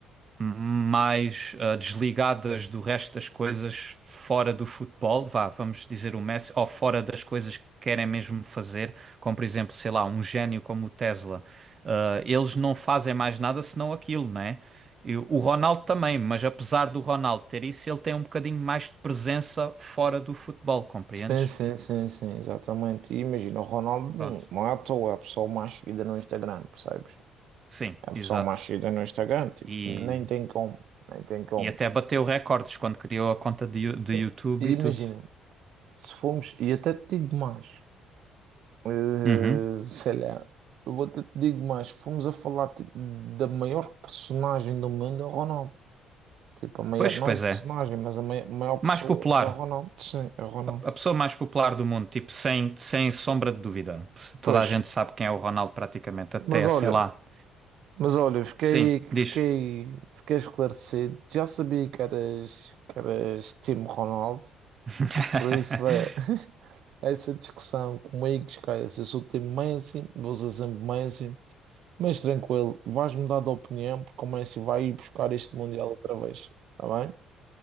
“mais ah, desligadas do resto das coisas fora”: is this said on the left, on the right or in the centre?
Right